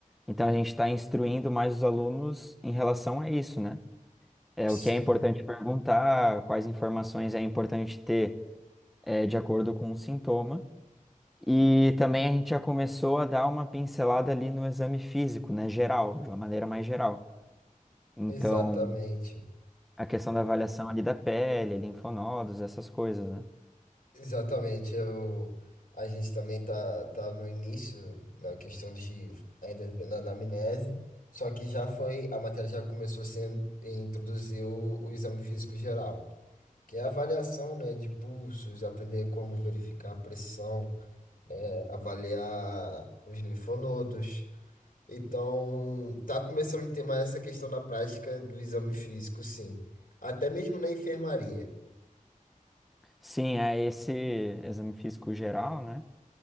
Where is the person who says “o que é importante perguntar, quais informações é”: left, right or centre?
Centre